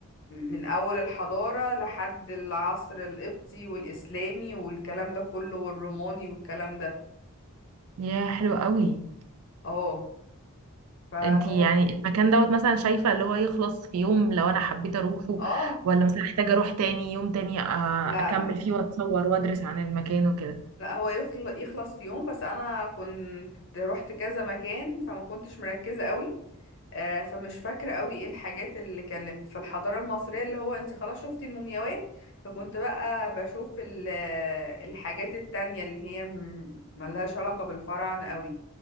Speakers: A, on the left; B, on the right.
A: من أول الحضارة لحد العصر القبطي والإسلامي والكلام ده كله والروماني والكلام ده
B: يا حلو قوي
A: اه فهو
B: انتي يعني المكان دوت مثلا شايفه اللي هو يخلص في يوم لو انا حبيت اروحه
A: اه
B: ولا مثلا محتاجه اروح تاني يوم تاني آه،
A: لا
B: اكمل
A: لا
B: فيه واتصور وادرس عن المكان وكده
A: لا هو يخل- يخلص في يوم بس انا كنت رحت كذا مكان فما كنتش مركزة قوي آه، فمش فاكرة قوي ايه الحاجات اللي كانت في الحضارة المصرية اللي هو انت خلاص شفتي المومياوات فكنت بقى بشوف ال- آه، الحاجات التانية اللي هي م- ملهاش علاقة بالفراعنة قوي